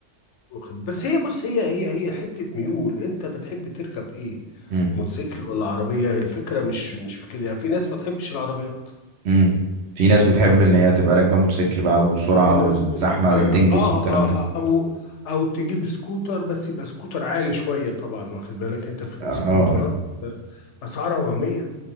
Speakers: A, on the left; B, on the right.
A: واخد بس هي بص هي هي هي حتة ميول انت بتحب تركب ايه
B: امم
A: موتوسيكل ولا عربية الفكرة مش مش في كده يعني في ناس ما تحبش العربيات
B: امم في ناس بتحب
A: آه،
B: ان هي تبقى راكبة موتوسيكل بقى وسرعة
A: في ناس
B: والزحمة
A: ب... <clears throat> آه,
B: تنجز
A: آه,
B: والكلام ده
A: آه او او تجيب سكوتر بس يبقى سكوتر عالي شوية طبعا واخد بالك انت في
B: اه
A: سكوترات
B: اه
A: آه، اسعارها وهمية